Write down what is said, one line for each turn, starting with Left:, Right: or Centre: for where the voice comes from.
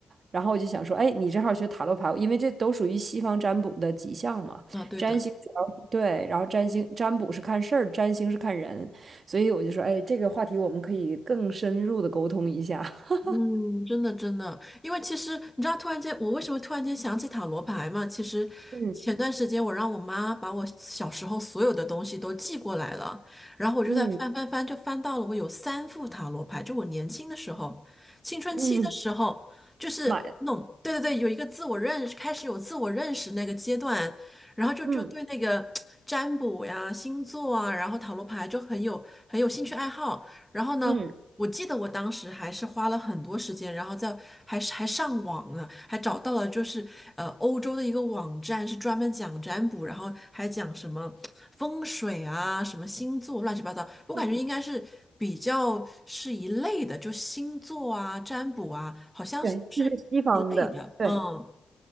Right: 然后我就想说，哎，你正好学塔罗牌，因为这都属于西方占卜的几项嘛。
Centre: 啊，对的，
Right: 占星主要对，然后占星占卜是看事儿，占星是看人，所以我就说，哎，这个话题我们可以更深入的沟通一下。<laughs>
Centre: 嗯，真的真的，因为其实你知道，突然间我为什么突然间想起塔罗牌嘛？其实前段时间我让我妈把我小时候所有的东西都寄过来了，
Right: 嗯
Centre: 然后我就在翻翻翻，
Right: 嗯
Centre: 就翻到了我有三副塔罗牌，就我年轻的时候，青春期的时候，
Right: 嗯，
Centre: 就是弄，
Right: 买，
Centre: 对对对，有一个自我认识，开始有自我认识那个阶段，然后就就对那个占卜呀、
Right: 嗯
Centre: 星座啊，然后塔罗牌就很有很有兴趣爱好，然后呢。
Right: 嗯
Centre: 我记得我当时还是花了很多时间，然后在还是还上网呢，还找到了就是呃欧洲的一个网站，是专门讲占卜，然后还讲什么风水啊、什么星座乱七八糟。我感觉应该是比较是一类的，
Right: 嗯，
Centre: 就星座啊、占卜啊，好像是一类的。
Right: 对，这是西方的，对，
Centre: 嗯，